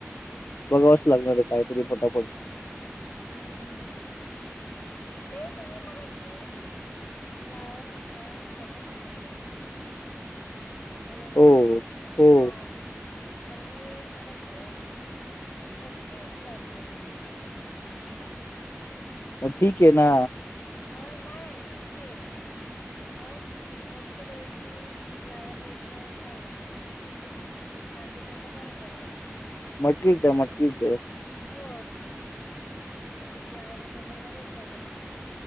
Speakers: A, on the left; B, on the left.
A: बघावच लागणार रे काहीतरी पटापट.
B: हम्म ते तुम्ही मगाशी फ्लावर आणला वटाणे आणले. हॅलो
A: हो हो
B: हा. तर मी मगाशी मटकी भिजू घातले.
A: हो <unintelligible> ठिक आहे ना.
B: म नाय सांगते, मग मटकी द्यायची, फ्लावर द्यायचं, काय तस सांगितलं तर बरं पडल?
A: मटकीच दया मटकीच दे.
B: हो, मग ते फ्लावर उद्या परवा देता येईल.